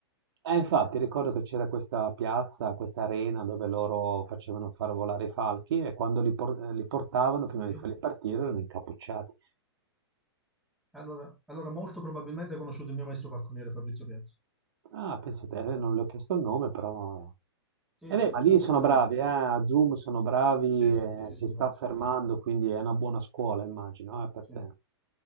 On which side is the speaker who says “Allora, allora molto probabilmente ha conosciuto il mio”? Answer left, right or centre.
Centre